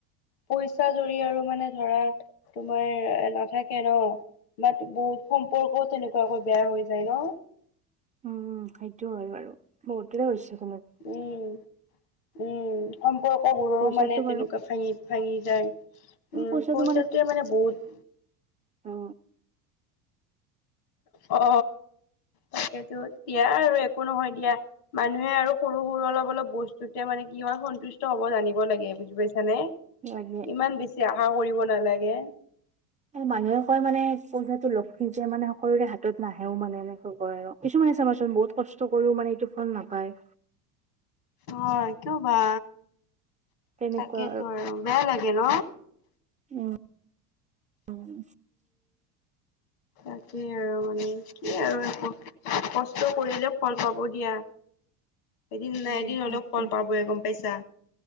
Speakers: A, on the left; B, on the right.
A: পইচা যদি আৰু মানে ধৰা তোমাৰ নাথাকে ন? বাট বহুত সম্পৰ্কও তেনেকুৱাকৈ বেয়া হৈ যায় ন?
B: উম, সেইটো হয় বাৰু বহুতৰে হৈছে তেনেকুৱা।
A: উম। উম, সম্পৰ্ক বোৰৰো
B: পইচাটো
A: মানে
B: বাৰু
A: তেনেকুৱা ভাঙি ভাঙি যায়। উম
B: পইচাটো
A: পইচাটোৱে মানে বহুত
B: অ।
A: অ তাকেইেতো, দিয়া আৰু একো নহয় দিয়া। মানুহে আৰু সৰু সৰু অলপ অলপ বস্তুতে মানে কি হয় সন্তুষ্ট হব জানিব লাগে, বুজি পাইছানে?
B: লাগে
A: ইমান বেছি আশা কৰিব নালাগে।
B: উ মানুহে কয় মানে পইচাটো লিজে মানে সকলোৰে হাতত নাহেও মানে এনেকৈ কয় আৰু। কিছুমানে চাবাচোন বহুত কষ্ট কৰিও মানে এইটো ফল নাপায়।
A: অ, কিয় বা
B: তেনেকুৱা
A: তাকেই তো আৰু বেয়া লাগে ন?
B: উম উম।
A: তাকে আৰু মানে কি আৰু একো কষ্ট কৰিলে ফল পাব দিয়া। এদিন
B: উম
A: নাই এদিন
B: সেইটো
A: অলপ ফল পাবে গম পাইছা।